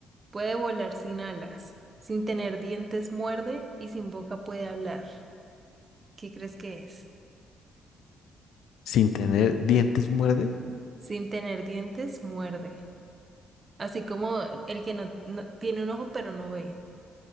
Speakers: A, on the right; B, on the left.
A: puede volar sin alas, sin tener dientes muerde y sin boca puede hablar. ¿Qué crees que es?
B: Sin tener dientes muerde.
A: Sin tener dientes muerde. Así como el que no, no- tiene un ojo pero no ve.